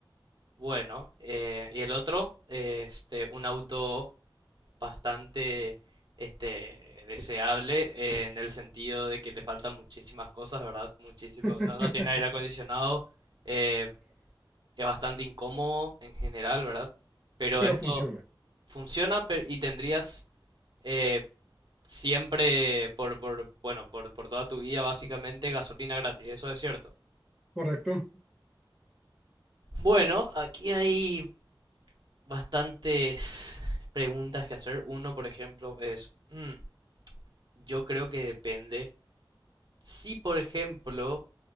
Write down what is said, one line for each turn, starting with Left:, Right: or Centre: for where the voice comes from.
Right: Bueno, eh, y el otro, este, un auto bastante este, deseable eh, en el sentido de que le faltan muchísimas cosas, ¿verdad? Muchísimo,
Centre: <laughs>
Right: no, no tiene aire acondicionado, eh, es bastante incómodo en general, ¿verdad? Pero
Centre: Pero
Right: esto...
Centre: funciona,
Right: funciona y tendrías eh, siempre por, por, bueno, por, por toda tu vida básicamente gasolina gratis, eso es cierto.
Centre: correcto.
Right: Bueno, aquí hay bastantes preguntas que hacer. Uno, por ejemplo, es, mm, yo creo que depende. Si, por ejemplo,